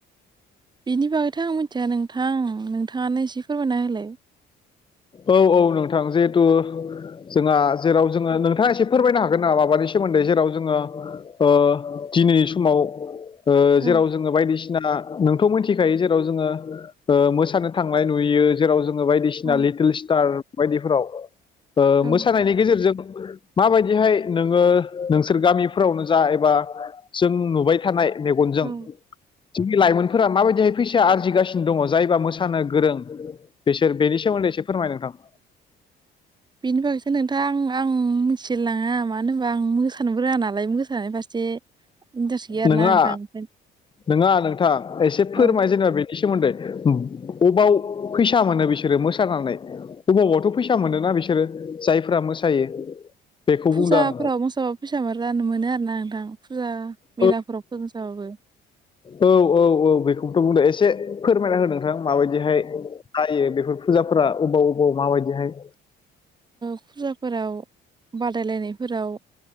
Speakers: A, on the right; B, on the left.
A: बिनि बागैथ' आं मिथिया नोंथां नोंथाङानो एसे फोरमायना होलाय
B: औ औ नोंथां जिहेथु जोंहा जेराव जोङो नोंथाङा एसे फोरमायनो हागोन नामा माबानि सोमोन्दै जेराव जोङो ओ दिनैनि समाव ओ
A: औ
B: जेराव जोङो बायदिसिना नोंथ' मिनथिखायो जेराव जोङो ओ मोसानो थांनाय नुयो जेराव जोङो बायदिसिना सिना
A: औ
B: लिटिल स्टार बायदिफोराव ओ
A: औ
B: मोसानायनि गेजेरजों माबायदिहाय नोङो नोंसोर गामिफोरावनो जा एबा जों नुबाय थानाय मेगनजों
A: औ
B: जोंनि लाइमोनफोरा माबायदिहाय फैसा आरजिगासिनो दङ' जायबा मोसानो गोरों बिसोर बेनि सोमोनदै एसे फोरमाय नोंथां।
A: बेनि बागैसो नोंथां आं मिथिलाङा मानो होनबा आं मोसानो रोङा नालाय मोसानाय फारसे इन्टारेस्ट गैया आरोना
B: नोङा
A: नोंथां ओंखायनो
B: नोङा नोंथां एसे फोरमाय
A: औ
B: जेनेबा बे नि सोमोन्दै बबाव फैसा मोनो बिसोरो मोसानानै गोबावावथ' फैसा मोनोना बिसोरो जायफोरा मोसायो बेखौ
A: फुजाफोराव
B: बुंदों आं
A: मोसाबा फैसाबो राननो मोनो आरोना नोंथां फुजा मेलाफोराव
B: औ
A: मोसाबाबो
B: औ औ औ औ बेखौथ' बुंदों एसे फोरमायना होदों माबायदिहाय जायो बेफोर फुजाफोरा अबाव अबाव माबायदिहाय
A: फुजाफोराव बादायलायनायफोराव